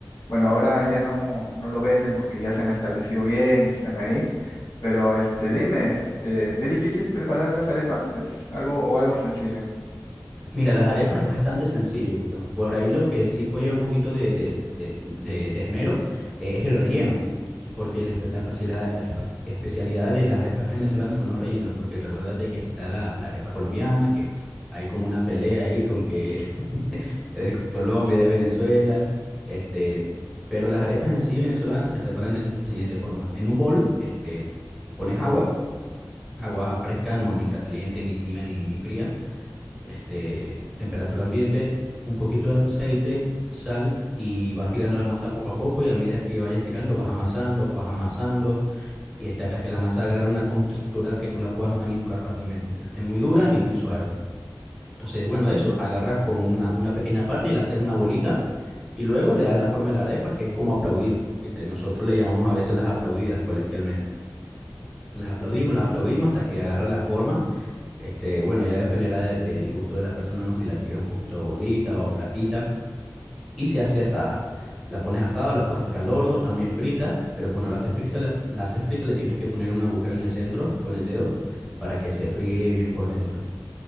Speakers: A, on the left; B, in the centre.
A: Bueno, ahora ya no, no lo venden porque ya se han establecido bien y están ahí pero este, dime, este, ¿es difícil preparar las arepas? ¿Es algo o algo sencillo?
B: Mira, las arepas es bastante sencillo. Por ahí lo que sí puede llevar un poquito de, de- de- de- de esmero eh, es el relleno, porque la, espe- la facilidad- la espa- especialidad de las arepas venezolanas son los rellenos, porque recuérdate que está la, la arepa colombiana, que hay como una pelea ahí con que <laughs> es de Colombia, de Venezuela, este, pero las arepas en sí venezolanas se preparan de la siguiente forma. En un bol, este, pones agua, agua fresca, no ni caliente, ni tibia, ni, ni fría este, temperatura ambiente, un poquito de aceite, sal y vas tirando la masa poco a poco y a medida que vayas tirando vas amasando, vas amasando y este, hasta que la masa agarre una contextura que tú la puedas manipular fácilmente, que no esté muy dura ni muy suave. Entonces, bueno, eso, agarras como una, una pequeña parte y la haces una bolita y luego le das la forma de la arepa, que es como aplaudir, ¿viste? Nosotros le llamamos a veces las aplaudidas coloquialmente. Las aplaudimos, las aplaudimos hasta que agarra la forma este, bueno, ya dependerá de- del gusto de la persona, ¿no? Si la quiere un poquito gordita o flaquita. Y se hace asada. La pones asada, la puedes hacer al horno, también frita, pero cuando la haces frita, la, la haces frita, le tienes que poner un agujero en el centro con el dedo para que se fríe bien por dentro.